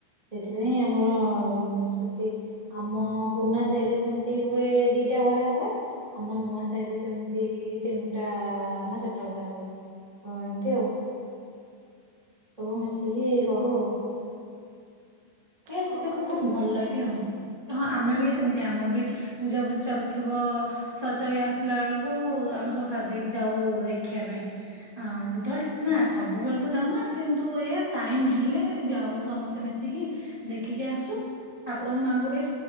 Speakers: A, on the right (about 25°); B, on the right (about 80°).
A: ସେଥିପାଇଁ ଆମର ସେଠି ଆମ ପୁରୁଣା ସାହିରେ ସେମିତି ହୁଏ ଦିଟା ଭଳିଆ ହୁଏ ଆମ ନୂଆ ସାହି ରେ ସେମିତି ତିନିଟା ନା ଚାରିଟା ଭଳିଆ ହୁଏ। ତ ଏମିତି ଆଉ। ସବୁ ମିଶିକି କରୁ ଆଉ। ହେ
B: ହଁ
A: ସେଇଟା ମେ
B: ଆଉ
A: ବହୁତ
B: ପଇସା
A: ଭଲ ଲାଗେ ହଁ ହଁ ଆମେ ବି ସେମିତି ଆମର ବି ପୂଜା ପୁଜି ଚାଲି ଥିବ ସରି ସରି ଆସିଲା ବେଳକୁ ଆମେ ସବୁ ସରି ଦେଇକି ଯାଉ ଦେଖିବା ପାଇଁ ଯେତେବେଳେ ନା ସବୁବେଳେ ତ ଯାଉନା କିନ୍ତୁ ଏଇଆ ଟାଇମ୍ ହେଲେ ଯାଉ ସମସ୍ତେ ମିଶିକି। ଦେଖିକି ଆସୁ ଠାକୁରଙ୍କ ମାଆଙ୍କୁ ଟିକେ